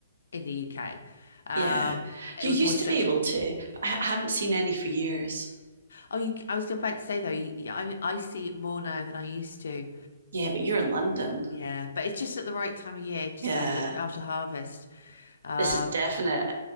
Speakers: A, on the left; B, on the right.
A: in the UK. Um,
B: Yeah.
A: it
B: You
A: was
B: used
A: always stripped.
B: to be able to, but I haven't seen any for years.
A: Oh, you, I was about to say though, you, yeah, I I see it more now than I used to.
B: Yeah, but you're in London.
A: Yeah, but it's just at the right time of year, just
B: Yeah.
A: after after harvest. Um,
B: this is definite